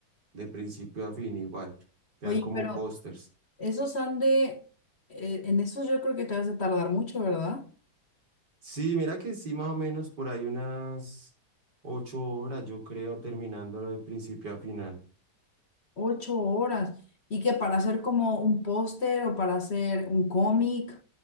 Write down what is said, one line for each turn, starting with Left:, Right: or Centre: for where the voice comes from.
Right: de principio a fin igual, quedan
Left: Oye,
Right: como
Left: pero
Right: pósters.
Left: esos han de, eh, en esos yo creo que te vas a tardar mucho, ¿verdad?
Right: Sí, mira que sí, más o menos por ahí unas ocho horas, yo creo, terminándolo de principio a final.
Left: Ocho horas. ¿Y que para hacer como un póster o para hacer un cómic?